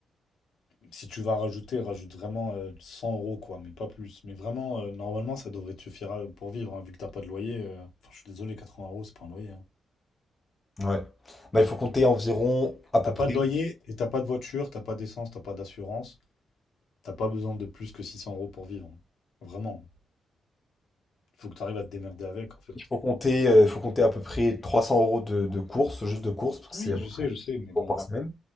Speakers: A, on the left; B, on the left.
A: Si tu vas rajouter, rajoute vraiment euh, 100 euros, quoi, mais pas plus. Mais vraiment, euh, normalement, ça devrait te suffire euh, pour vivre, hein, vu que t'as pas de loyer. euh, Enfin, je suis désolé, 80 euros, c'est pas un loyer. hein.
B: Ouais. Bah, il faut compter environ, à peu
A: T'as pas
B: près,
A: de loyer et t'as pas de voiture, t'as pas d'essence, t'as pas d'assurance. T'as pas besoin de plus que 600 euros pour vivre. hein. Vraiment. Il Faut que tu arrives à te démerder avec, en fait.
B: il faut compter, euh, il faut compter à peu près 300 euros de, de courses, juste de courses, parce que
A: Oui,
B: c'est à
A: je
B: peu près
A: sais, je sais,
B: 5
A: mais bon.
B: euros par semaine.